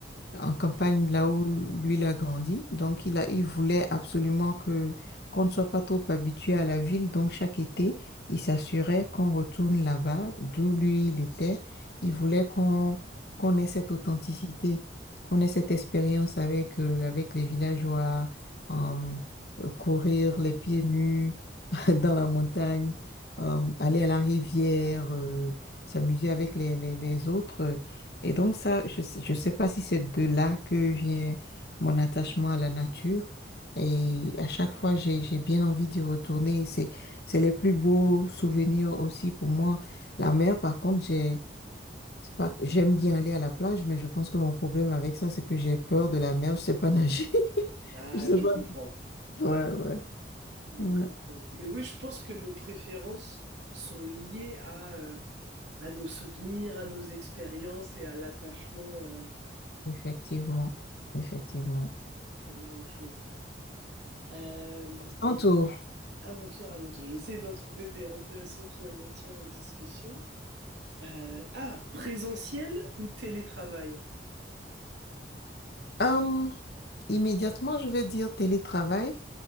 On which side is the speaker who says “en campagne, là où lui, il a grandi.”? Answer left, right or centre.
Left